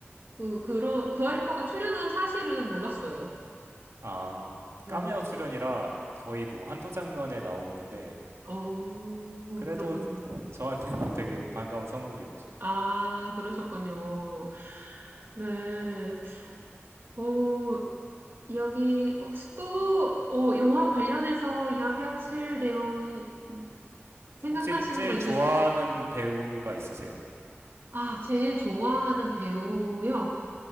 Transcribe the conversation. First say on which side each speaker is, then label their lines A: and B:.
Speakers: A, on the right; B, on the right.
A: 그, 그런, 두아리파가 출연한 사실은 몰랐어요.
B: 아,
A: 네.
B: 까메오 출연이라 거의 뭐 한두 장면에 나오는데
A: 어,
B: 그래도
A: 그렇군요.
B: 저한테는 <laughs> 되게 반가운 선물이었죠.
A: 아, 그러셨군요. 네. 어, 이야기, 혹시 또, 어, 영화 관련해서 이야기하실 내용 생각나시는
B: 혹시 제일
A: 거
B: 좋아하는
A: 있으세요?
B: 배우가 있으세요?
A: 아, 제일 좋아하는 배우요?